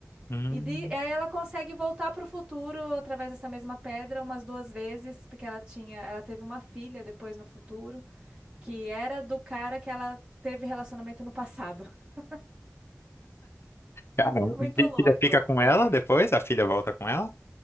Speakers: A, on the left (about 50°); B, on the right (about 15°).
A: Hum.
B: E de- e aí ela consegue voltar para o futuro através dessa mesma pedra umas duas vezes, porque ela tinha, ela teve uma filha depois no futuro, que era do cara que ela teve relacionamento no passado. <laughs>
A: Caramba,
B: É muito
A: e a
B: louco.
A: filha fica com
B: É.
A: ela depois? A filha volta com ela?